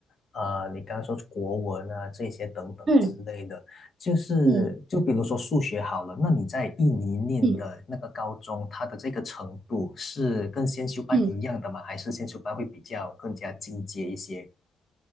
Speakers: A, on the left; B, on the right.
A: 呃，你刚刚说国文啊，这些等等之类的，
B: 嗯
A: 就是就比如说数学好了，
B: 嗯
A: 那你在印尼念的那个高中，
B: 嗯
A: 它的这个程度是跟先修班一样的吗？
B: 嗯，
A: 还是先修班会比较更加进阶一些？